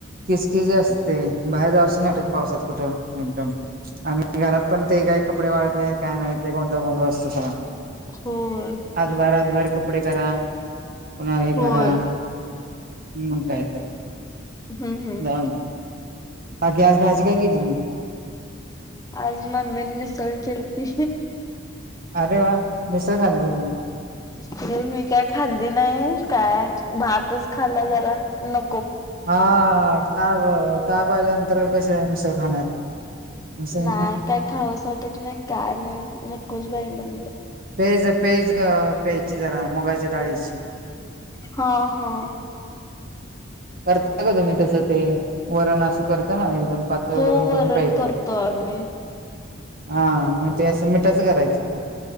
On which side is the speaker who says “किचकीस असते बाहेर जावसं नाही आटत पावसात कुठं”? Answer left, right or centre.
Right